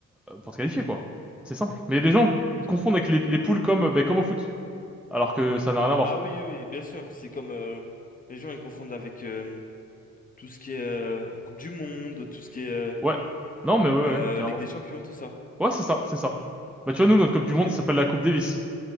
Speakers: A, in the centre; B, on the left (about 30°).
A: euh, pour te qualifier, quoi. C'est simple. Mais les gens
B: Ok.
A: confondent avec les, les poules comme, euh, ben, comme au foot, alors que ça n'a rien à voir.
B: Ah oui, oui, oui, bien sûr. C'est comme euh, les gens ils confondent avec euh, tout ce qui est euh, Coupe du Monde, tout ce qui est euh,
A: Ouais. Non, mais ouais, ouais,
B: euh,
A: ouais, carrément.
B: Ligue des Champions, tout ça.
A: Ouais, c'est ça, c'est ça. Bah, tu vois, nous, notre Coupe du
B: Ok.
A: Monde ça s'appelle la Coupe Davis.